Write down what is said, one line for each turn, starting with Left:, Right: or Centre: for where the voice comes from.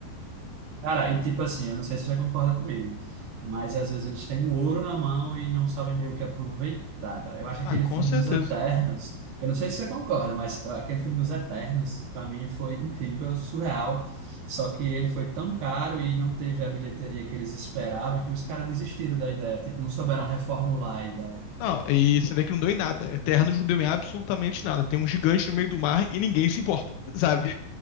Right: Cara, e tipo assim, eu não sei se você concorda comigo, mas às vezes eles têm o ouro na mão e não sabem meio que aproveitar, cara. Eu acho que
Left: Ah,
Right: aquele
Left: com
Right: filme
Left: certeza.
Right: dos Eternos, eu não sei se você concorda, mas ah, aquele filme dos Eternos, pra mim, foi incrível, surreal. Só que ele foi tão caro e não teve a bilheteria que eles esperavam que os caras desistiram da ideia, tipo, não souberam reformular a ideia.
Left: Não, e você vê que não deu em nada. Eternos não deu em absolutamente nada. Tem um gigante no meio do mar e ninguém se importa, <laughs> sabe?